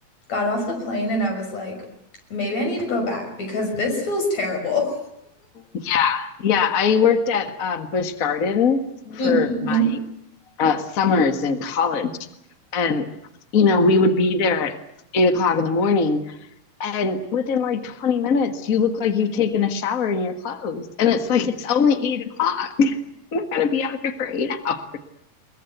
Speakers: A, on the left; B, on the left.
A: got off the plane and I was like, maybe I need to go back because this feels terrible.
B: okay. Yeah, I worked at um, Busch Gardens for
A: Mm-hmm.
B: my
A: <laughs>
B: uh, summers in college. And, you know, we would be there at eight o'clock in the morning. And within like 20 minutes, you look like you've taken a shower in your clothes. And it's like, it's only eight o'clock. I'm not gonna be out here for eight hours.